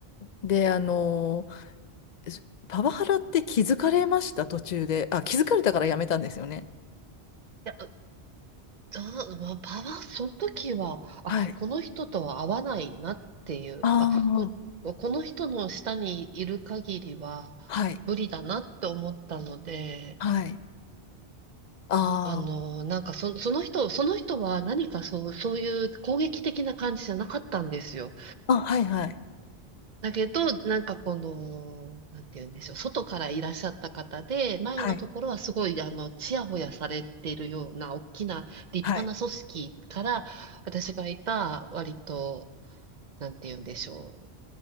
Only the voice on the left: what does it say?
で、あの、すパワハラって気づかれました、途中で。あ、気づかれたからやめたんですよね。
はい。
ああ、
はい。
はい。あ
あ、あ、はいはい。
はい。
はい。